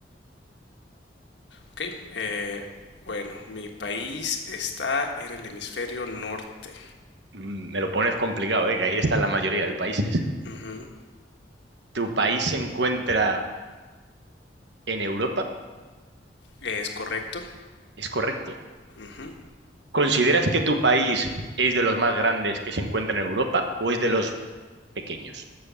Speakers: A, on the left; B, on the right.
A: Ok, eh, bueno, mi país está en el hemisferio norte.
B: Mm, Me lo pones complicado, ¿eh? Que ahí está la mayoría de países.
A: Ujú,
B: ¿Tu país se encuentra en Europa?
A: Es correcto.
B: Es correcto.
A: Ujú.
B: ¿Consideras que tu país es de los más grandes que se encuentran en Europa o es de los pequeños